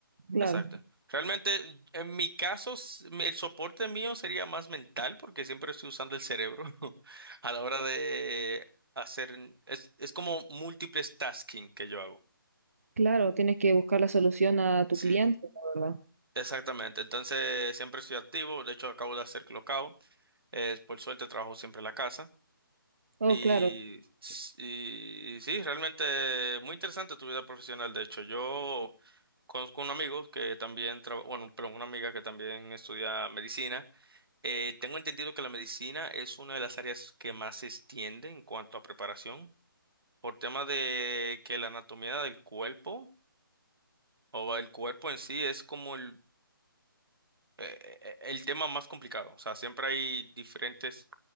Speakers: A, on the right; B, on the right.
A: claro.
B: Exacto. Realmente, en mi caso, s- el soporte mío sería más mental porque siempre estoy usando el cerebro <laughs> a la hora de hacer, es, es como múltiples tasking que yo hago.
A: Claro, tienes que buscar la solución a tu
B: Sí.
A: cliente, la verdad.
B: Exactamente. Entonces, siempre estoy activo. De hecho, acabo de hacer clockout. Eh, por suerte, trabajo siempre en la casa.
A: Oh,
B: Y,
A: claro.
B: s- y sí, realmente muy interesante tu vida profesional. De hecho, yo conozco un amigo que también trabaja, bueno, pero una amiga que también estudia medicina. Eh, tengo entendido que la medicina es una de las áreas que más se extiende en cuanto a preparación, por tema de que la anatomía del cuerpo o el cuerpo en sí es como el, e- e- el tema más complicado. O sea, siempre hay diferentes